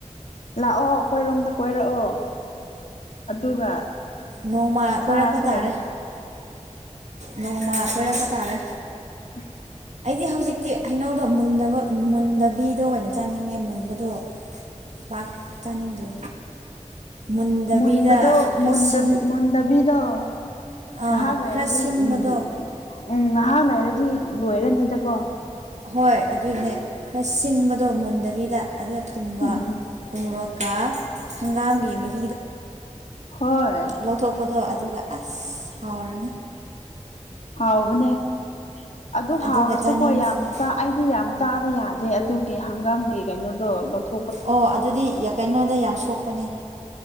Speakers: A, on the left (about 65°); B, on the right (about 65°).
A: ꯂꯥꯛꯑꯣ ꯑꯩꯈꯣꯏꯔꯣꯝꯗ ꯀꯣꯏꯔꯛꯑꯣ ꯑꯗꯨꯒ
B: ꯅꯣꯡꯃ ꯀꯣꯏꯔꯛꯄ
A: ꯆꯥꯁꯦ
B: ꯇꯥꯔꯦ ꯅꯣꯡꯃ ꯀꯣꯏꯔꯛꯄ ꯇꯥꯔꯦ
A: <inaudible>
B: ꯑꯩꯗꯤ ꯍꯧꯖꯤꯛꯇꯤ ꯍꯩꯅꯧꯗꯣ ꯃꯨꯟꯗꯕ ꯃꯨꯟꯗꯕꯤꯗ ꯑꯣꯏꯅ ꯆꯥꯅꯤꯡꯉꯦ ꯃꯨꯟꯕꯗꯣ ꯄꯥꯛ ꯆꯥꯅꯤꯡꯗ꯭ꯔꯦ ꯃꯨꯟꯗꯕꯤꯗ
A: ꯃꯨꯟꯕꯗꯣ
B: ꯈꯔ
A: ꯃꯨꯟꯗꯕꯤ
B: ꯁꯤꯟ
A: ꯃꯨꯟꯗꯕꯤꯗꯣ
B: ꯑꯥ
A: ꯉꯍꯥꯛ ꯂꯩꯔꯗꯤ
B: ꯈꯔ ꯁꯤꯟꯕꯗꯣ
A: ꯎꯝ ꯎꯝ ꯉꯍꯥꯛ ꯂꯩꯥꯏꯔꯗꯤ ꯂꯣꯏꯔꯅꯤꯗꯀꯣ
B: ꯍꯣꯏ ꯑꯗꯨꯒꯤꯅꯦ ꯈꯔ ꯁꯤꯟꯕꯗꯣ ꯃꯨꯟꯗꯕꯤꯗ ꯑꯗꯨꯗ ꯊꯨꯝꯒ
A: ꯎꯝ
B: ꯎ ꯃꫭꯔꫭꯛ ꯀ ꯍꯪꯒꯥꯝꯒꯤ ꯃꯍꯤ
A: ꯍꯣꯏ
B: ꯂꯧꯊꯣꯛꯄꯗꯣ ꯑꯗꯨꯒ ꯑꯁ ꯍꯥꯎꯔꯅꯤ
A: ꯍꯥꯎꯕꯅꯦ ꯑꯗꯨ ꯍꯥꯎꯔꯁꯨꯀꯣ
B: ꯑꯗꯨꯒ ꯆꯥꯅꯤꯡꯉꯦ
A: ꯌꯥꯝ
B: ꯑꯩꯗꯤ
A: ꯆꯥ ꯑꯩꯗꯤ ꯌꯥꯝ ꯆꯥ ꯌꯥꯗꯦ ꯑꯗꯨꯒꯤ ꯍꯪꯒꯥꯝꯒꯤ ꯀꯩꯅꯣꯗꯣ ꯂꯧꯊꯣꯛ
B: ꯑꯣ ꯑꯗꯨꯗꯤ ꯌ ꯀꯩꯅꯣꯗ ꯌꯥꯝ ꯁꯣꯛꯄꯅꯦ